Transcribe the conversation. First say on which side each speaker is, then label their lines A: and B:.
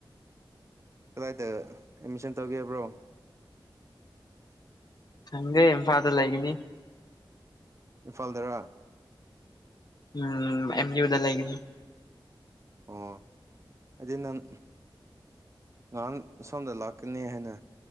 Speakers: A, on the right (about 35°); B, on the left (about 50°).
A: ꯀꯗꯥꯏꯗ ꯑꯦꯠꯃꯤꯁꯟ ꯇꯧꯒꯦꯕ꯭ꯔꯣ
B: ꯊꯪꯒꯦ ꯏꯝꯐꯥꯜꯗ ꯂꯩꯒꯅꯤ
A: ꯏꯝꯐꯥꯜꯗꯔꯥ
B: ꯎꯝ ꯑꯦꯝꯗꯤ ꯥ ꯂꯒ
A: ꯑꯣ ꯍꯥꯏꯗꯤ ꯅꯪ ꯉꯍꯥꯟ ꯁꯣꯝꯗ ꯂꯥꯛꯀꯅꯤ ꯍꯥꯏꯅ